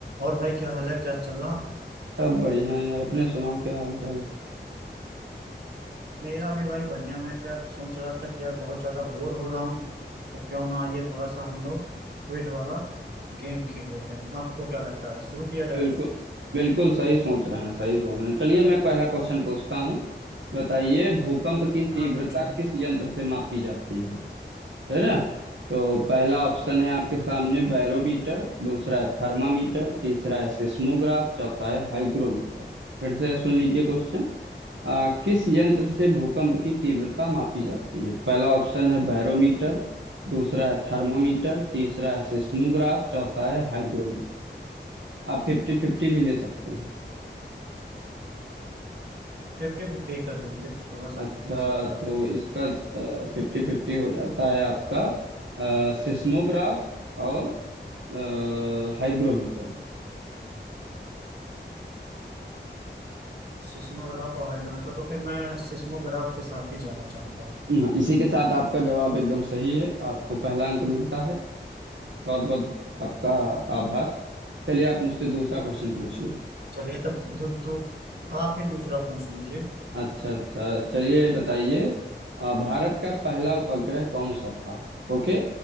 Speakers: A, on the right; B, on the right.
A: और भाई क्या हाल है क्या चल रहा
B: सब बढ़िया है यार अपने सुनाओ क्या हाल चाल
A: मेरा भी भाई बढ़िया मैं क्या सोच रहा था कि यार बहुत ज्यादा बोर हो रहा हूँ तो क्यों ना ये थोड़ा सा हम लोग क्विज वाला गेम खेल लेते हैं आपको क्या लगता है शुरू किया जाए
B: बिल्कुल
A: उसको
B: बिल्कुल सही सोच रहे हैं सही सोच रहे हैं चलिए मैं पहला क्वेश्चन पूछता हूँ बताइए भूकंप की
A: हाँ
B: तीव्रता
A: पूछे हाँ
B: किस यंत्र से मापी जाती है है ना तो पहला ऑप्शन है आपके
A: हाँ
B: सामने बैरोमीटर दूसरा है थर्मामीटर तीसरा है सिस्मोग्राफ चौथा है हाइग्रोमीटर फिर से सुन लीजिए क्वेश्चन। आ, किस यंत्र से भूकंप की तीव्रता मापी जाती है पहला ऑप्शन है बैरोमीटर दूसरा है थर्मामीटर तीसरा है सिस्मोग्राफ चौथा है हाइग्रोमीटर आप फिफ्टी फिफ्टी भी ले सकते हैं
A: फिफ्टी फिफ्टी कर दीजिए थोड़ा सा
B: अच्छा
A: कठिन सा लग रहा
B: तो
A: है मुझे
B: इसका फिफ्टी फिफ्टी हो जाता है आपका आ, सिस्मोग्राफ और आ, हाइग्रोमीटर
A: सिस्मोग्राफ और हाइड्रोमीटर तो फिर मैं सिस्मोग्राफ के साथ ही जाना चाहूंगा
B: हाँ, इसी के साथ आपका जवाब एकदम सही है आपको पहला अंक मिलता है बहुत बहुत आपका आभार चलिए आप मुझसे दूसरा क्वेश्चन पूछिए
A: चलिए तब दू, दू, आप ही दूसरा पूछ लीजिए
B: अच्छा अच्छा चलिए बताइए अ, भारत का पहला उपग्रह कौन
A: हम्म,
B: सा था ओके